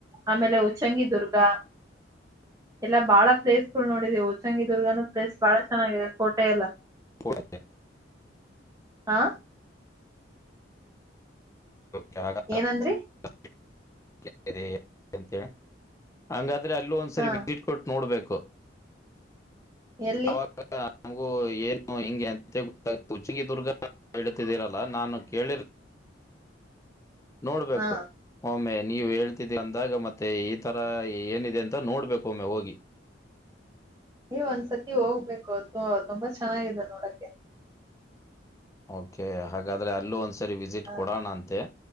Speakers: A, on the right; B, on the left.
A: ಆಮೇಲೆ ಉಚ್ಚಂಗಿಿದದುರ್ಗ ಎಲ್ಲಾ ಬಾಳ ಪ್ಲೇಸ್. ನೋಡಿಧೇವ್ ಉಚ್ಚಂಗಿಧುರ್ಗನು. ಪ್ಲೇಸ್ ಬಾಳ ಚೆನ್ನಾಗಿದೆ ಕೋಟೆ ಎಲ್ಲ.
B: ಕೊಳತೆೆ. <unintelligible>
A: ಹಾ.
B: ಚಗ. <unintelligible>
A: ಏನಂದ್ರಿ
B: ಕೇಳಿದ ಏನ್ ಅಂತೇಳ ಹಂಗರ್. ಇದ್ರೆ ಅಲ್ಲೂ ಒಂದ್ಸರಿ
A: ಹಾ
B: ವಿಸಿಟ್ ಕೊಟ್ಟು ನೋಡ್ಬೇಕು.
A: ಎಲ್ಲಿ
B: ಅ ಅವಾಗ ನಂಗು ಏನು ಹಿಂಗೆ ಅಂತೆ ಗೊತ್ತ <unintelligible> ಹೇಳ್ತಿದ್ರಲ ನಾನು ಕೇಳಿರ ನೋಡ್ಬೇಕು
A: ಹಾ
B: ಒಮ್ಮೆ ನೀವೇಳ್ದ್- ತ್ತಿ ಅಂದಾಗ ಮತ್ತೆ ಇ ತರ ಏನಿದೆ ಅಂತ ನೋಡ್ಬೇಕು ಒಮ್ಮೆ ಹೋಗಿ.
A: ನೀವ್ ಒಂದ್ಸತಿ ಹೋಗ್ಬೇಕು ತು ತುಂಬಾ ಚೆನ್ನಾಗಾಗಿದೆ ನೋಡಕ್ಕೆ.
B: ಓಕೆ ಹಾಗಾದ್ರೆ ಅಲ್ಲೂ ಒಂದಸ ಸರಿ ವಿಸಿಟ್
A: ಹ
B: ಕೊಡೋಣ ಅಂತೆ